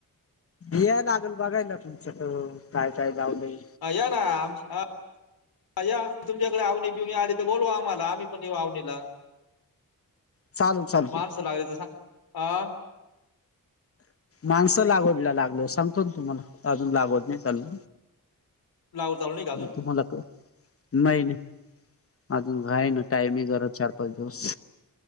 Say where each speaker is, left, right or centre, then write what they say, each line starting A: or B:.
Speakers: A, on the left; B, on the left.
A: याला लागल बघायला तुमच्याक, काय काय लावलंय
B: या ना आमच्या या तुमच्याकडे आवनी बिवणी आली तर बोलू आम्हाला आम्ही पण आवणीला,
A: चालू चालू
B: माणस लागली तर सांगा
A: माणसं लागवडला लागल सांगतो ना तुम्हाला अजून लागवड नाही चालूं.
B: <inaudible> चालू नाही का अजून
A: तुम्हाला नाही नाही अजून आहे ना टाइमिंग जरा चार पा्च दिवस